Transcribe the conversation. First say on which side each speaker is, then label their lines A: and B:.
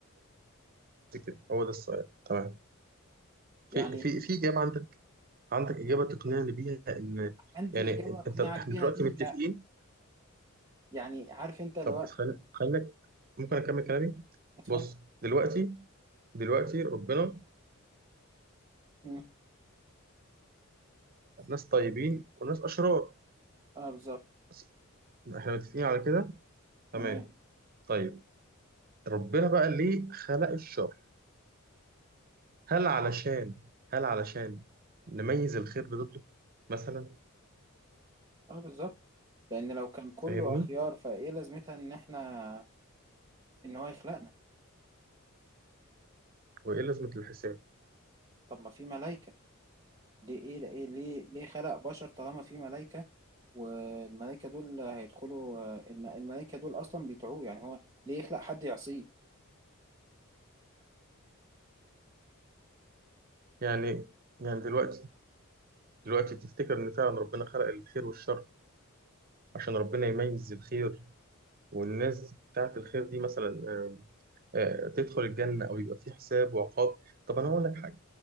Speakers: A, on the right; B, on the right.
A: كده هو ده السؤال تمام
B: يعني
A: في في في اجابه عندك عندك اجابه تقنعني بيها ان
B: عندي
A: يعني
B: إجابة
A: انت
B: أقنعك
A: احنا
B: بيها
A: دلوقتي
B: دي
A: متفقين
B: لا يعني عارف أنت اللي
A: طب
B: هو
A: خل- خليك ممكن اكمل كلامي
B: اتفضل
A: بص دلوقتي دلوقتي ربنا
B: مم.
A: ناس طيبين وناس اشرار
B: اه بالظبط
A: بس احنا متفقين على كده تمام
B: تمام
A: طيب ربنا بقى ليه خلق الشر هل علشان هل علشان نميز الخير بضده مثلا
B: اه بالظبط لأن لو كان كله
A: فاهمني
B: أخيار فإيه لازمتها إن إحنا إن هو يخلقنا
A: وايه لازمه الحساب
B: طب ما في ملايكة ليه إيه ليه ليه ليه خلق بشر طالما في ملايكة والملايكة دول هيدخلوا آه، الم... الملايكة دول أصلا بيطيعوه يعني هو ليه يخلق حد يعصيه
A: يعني يعني دلوقتي دلوقتي تفتكر إن فعلا ربنا خلق الخير والشر عشان ربنا يميز الخير والناس بتاعة الخير دي مثلا آه، آه، تدخل الجنة أو يبقى في حساب وعقاب طب أنا هقول لك حاجة